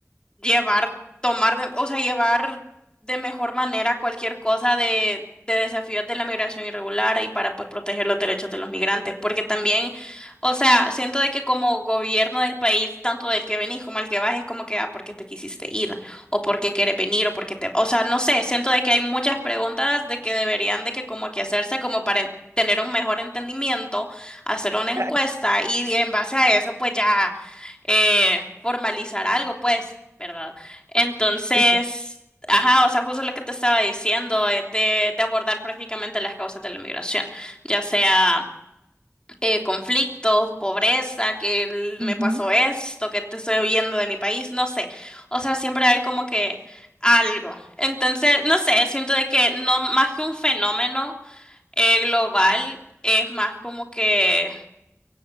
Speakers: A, on the left (about 20°); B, on the right (about 65°).
A: llevar, tomar, de- o sea, llevar de mejor manera cualquier cosa de, de desafíos de la migración irregular y para pues proteger los derechos de los migrantes, porque también, o sea, siento de que como gobierno del país, tanto del que venís como al que vas, es como que, ah, ¿por qué te quisiste ir? ¿O por qué quieres venir? ¿O por qué te...? O sea, no sé, siento de que hay muchas preguntas de que deberían de que como que hacerse como para en- tener un mejor entendimiento, hacer una encuesta
B: claro,
A: y en base a eso pues ya eh, formalizar algo, pues, ¿verdad? Entonces,
B: sí, sí.
A: ajá, o sea, justo lo que te estaba diciendo es de, de abordar prácticamente las causas de la migración, ya sea eh, conflictos, pobreza, que el-
B: Ujú,
A: me pasó esto, que te estoy huyendo de mi país, no sé. O sea, siempre hay como que algo. Entonces, no sé, siento de que no más que un fenómeno eh, global, es más como que